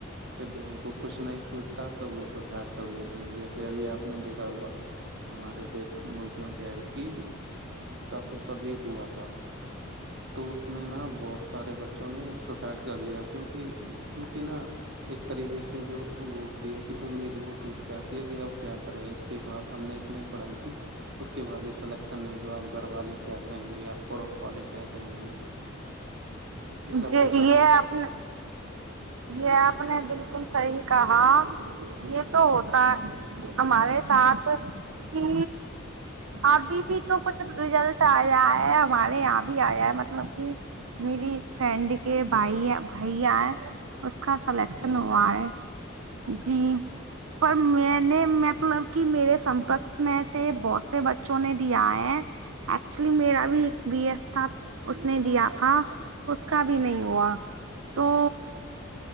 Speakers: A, on the right (about 60°); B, on the right (about 80°).
A: پھر جب ان کو کچھ نہیں سوچتا تو وہ سوسائڈ کر لیتے ہیں جیسے ابھی آپ نے دیکھا ہوگا ہمارے دیش ملک میں کیا ہے کہ نیٹ کا پیپر لیک ہوا تھا تو میں نا بہت سارے بچوں نے سوسائڈ کر لیا کیونکہ ان کی نا ایک طریقے سے جو وہ ہوتی ہے کہ امید وہ ٹوٹ جاتی ہے کہ اب کیا کریں اس کے بعد ہم نے اتنی پڑھائی کی اس کے بعد بھی سلیکشن نہیں ہوا آپ گھر والے کیا کہیں گے آس پڑوس والے کیا کہیں گے تو سب
B: یہ
A: کے ساتھ ہوتا
B: آپ نے
A: ہے
B: یہ آپ
A: جی
B: نے بالکل صحیح کہا یہ تو ہوتا ہمارے ساتھ ہی ابھی بھی تو کچھ رزلٹ آیا ہے ہمارے یہاں بھی آیا ہے مطلب کہ میری فرینڈ کے بھائی بھی آئے اس کا سلیکشن
A: جی
B: ہوا ہے جی پر میں نے مطلب کہ میرے سمپرک میں سے بہت سے بچوں نے دیا ہے ایکچولی میرا بھی ایک بی ایف تھا اس نے دیا تھا اس کا بھی نہیں ہوا تو